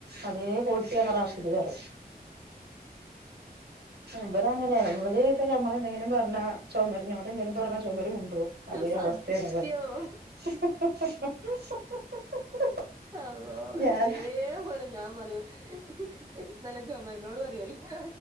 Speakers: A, on the right (about 85°); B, on the right (about 20°).
A: അതേ ക്വാളിറ്റിയാണ് റാഷിദ് പറയും ഇവര് അങ്ങനേണ് ഇവര് ഇപ്പേഞമ്മള എന്തെങ്കിലും പറഞ്ഞാ- പറഞ്ഞ ചൊമരിനോട് എന്തേലും പറഞ്ഞാ ചൊമര് മുണ്ടോ അതേ
B: സത്യം
A: അവസ്തേണ്. <inaudible>
B: അള്ളോതേ
A: ഞാൻ
B: പോലെ ഞാം പറയും <inaudible> എന്താല്ലേ ചുമരനോട് പറയല്ലേ <inaudible>